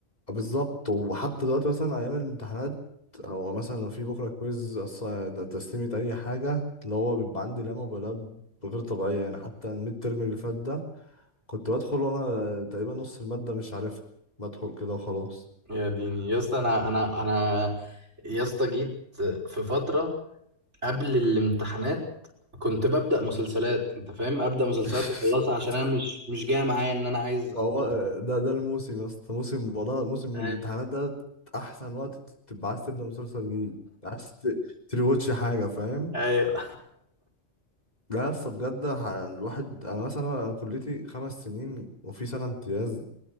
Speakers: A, on the left; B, on the right.
A: بالظبط وحتى دلوقتي مثلا ايام الامتحانات او مثلا لو في بكره كويز أص- ده تسليمه اي حاجه اللي هو بيبقى عندي لا مبالاه غير طبيعيه يعني حتى الميد ترم اللي فات ده كنت بدخل وانا تقريبا نص الماده مش عارفها بدخل كده وخلاص
B: يا ديني يا اسطى انا انا انا يا اسطى جيت في فتره قبل الامتحانات كنت ببدا مسلسلات انت فاهم ابدا مسلسلات
A: <laughs>
B: واخلصها عشان انا مش مش جاي معايا ان انا عايز اخلص
A: ما هو ده ده الموسم يا اسطى موسم والله موسم من
B: ايوه
A: الامتحانات ده احسن وقت تبقى عايز تبدا مسلسل جديد عايز ت- تريواتش حاجه فاهم
B: <laughs> ايوه
A: لا يا اسطى بجد ح- الواحد انا مثلا أنا كليتي خمس سنين وفي سنه امتياز